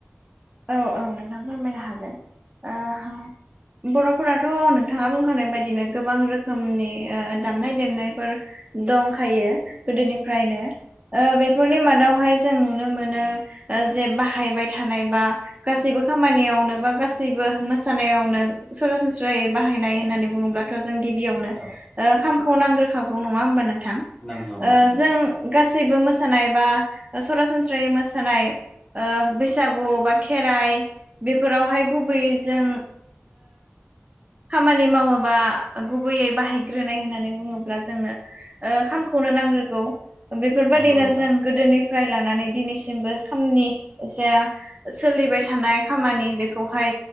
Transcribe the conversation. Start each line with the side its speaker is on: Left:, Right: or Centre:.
Right: औ औ नोंथां फोरामायनो हागोन ओ बर'फोराथ' नोंथाङा बुंखानाय बायदिनो गोबां रोखोमनि दामनाय देनायफोर दंखायो गोदोनिफ्रायनो बेफोरनि मादावहाय जों नुनो मोनो जे बाहायबाय थानाय बा गासैबो खामानियावनो बा गासैबो मोसानायावनो सरासनस्रायै बाहायनाय होननानै बुङोब्लाथ' जों गिबियावनो
Left: औ
Right: खामखौ नांग्रोखागौ नङा होमबा नोंथां?
Left: नंगौ नोंथां
Right: ओ
Left: नंगौ
Right: जों गा सैबो मोसानाय बा सरासनस्रायै मोसानाय बैसागु बा खेराइ बेफोरावहाय गुबैयैजों खामानि मावो बा गुबैयै बाहायग्रोनाय होननानै बुङोब्ला जोंनो खामखौनो नांग्रोगौ। बेफोरबायादिनो
Left: नंगौ नोंथां
Right: जों गोदोनिफ्राय लानानै दिनैसिमबो खामनि जा, सोलिबाय थानाय खामानि बेखौहाय